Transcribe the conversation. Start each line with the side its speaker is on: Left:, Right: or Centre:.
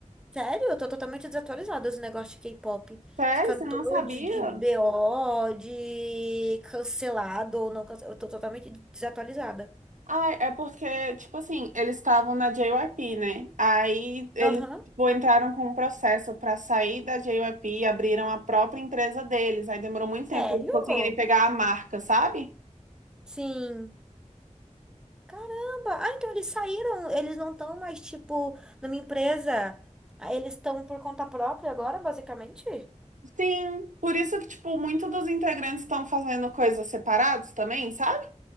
Centre: Sério, eu tô totalmente desatualizada dos negócios de K-pop.
Right: Sério,
Centre: De cantor,
Right: você não sabia?
Centre: de, de BO, de cancelado ou não cancelado. Eu tô totalmente desatualizada.
Right: Ai, é porque, tipo assim, eles estavam na JYP, né? Aí eles,
Centre: Aham.
Right: tipo, entraram com um processo pra sair da JYP, abriram a própria empresa deles. Aí demorou muito tempo
Centre: Sério?
Right: pra eles conseguirem pegar a marca, sabe?
Centre: Sim. Caramba. Ah, então eles saíram. Eles não estão mais, tipo, numa empresa. Ah, Eles estão por conta própria agora, basicamente?
Right: Sim, por isso que, tipo, muitos dos integrantes estão fazendo coisas separados também, sabe?